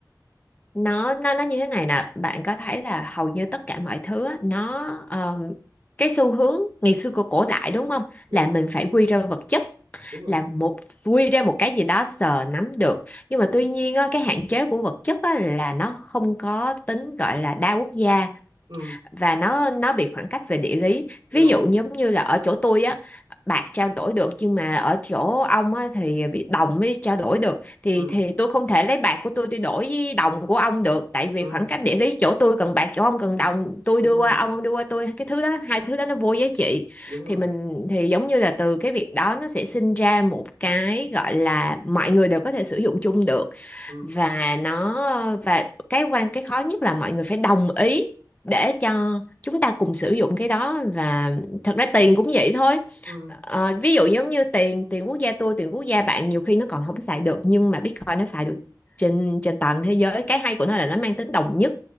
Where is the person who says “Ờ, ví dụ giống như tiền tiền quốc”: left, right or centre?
Left